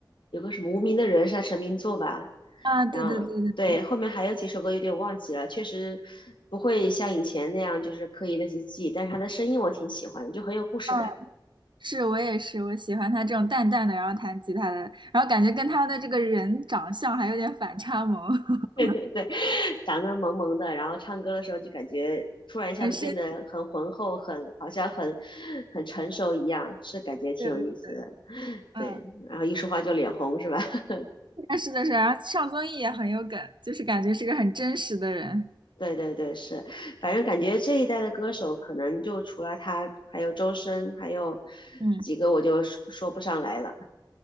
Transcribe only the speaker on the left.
有个什么无名的人是他成名作吧，
然后对后面还有几首歌有点忘记了，确实不会像以前那样就是刻意的去记，但是他的声音我挺喜欢的，就很有故事感。
<laughs> 对对对，长得萌萌的，然后唱歌的时候就感觉突然一下子变得很浑厚，
很好像很很成熟一样，是感觉挺有意思的。
对，然后一说话就脸红是吧？<laughs>
对对对，是，反正感觉这一代的歌手可能就除了他，还有周深，还有
几个我就说说不上来了。